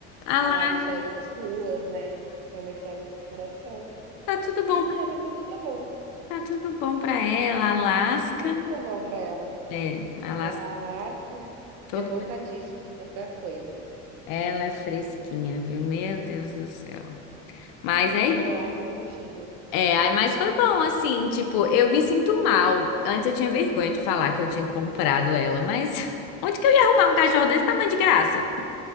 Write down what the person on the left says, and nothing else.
a
Lari
tá tudo bom,
tá tudo bom pra ela, a Alaska.
É, ela,
todo...
ela é fresquinha, viu? Meu Deus do céu. Mas é
isso.
É, aí, mas foi bom, assim, tipo, eu me sinto mal. Antes eu tinha vergonha de falar que eu tinha comprado ela, mas <laughs> onde que eu ia arrumar um cachorro desse tamanho de graça?